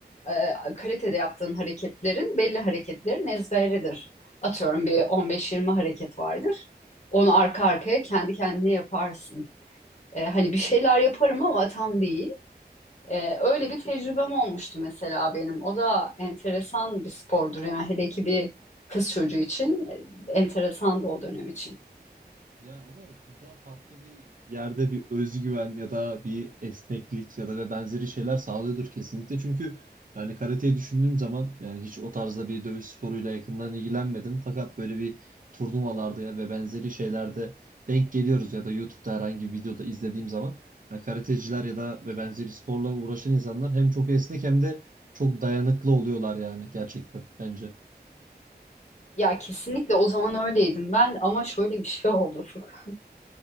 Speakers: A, on the left; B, on the right.
A: e, kalitede yaptığın hareketlerin belli hareketlerin ezberidir. Atıyorum bir 15-20 hareket vardır. Onu arka arkaya kendi kendine yaparsın. E, hani bir şeyler yaparım ama tam değil. E, öyle bir tecrübem olmuştu mesela benim. O da enteresan bir spordur yani hele ki bir kız çocuğu için e, enteresan da o dönem için.
B: Ya ama burada farklı bir yerde bir özgüven ya da bir esneklik ya da ve benzeri şeyler sağlıyordur kesinlikle. Çünkü yani karateyi düşündüğüm zaman yani hiç o tarzda bir dövüş sporuyla yakından ilgilenmedim. Fakat böyle bir turnuvalarda ya ve benzeri şeylerde denk geliyoruz ya da YouTube'da herhangi bir videoda izlediğim zaman yani karateciler ya da ve benzeri sporla uğraşan insanlar hem çok esnek hem de çok dayanıklı oluyorlar yani gerçekten bence.
A: Ya kesinlikle o zaman öyleydim ben ama şöyle bir şey oldu. <laughs> Furkan.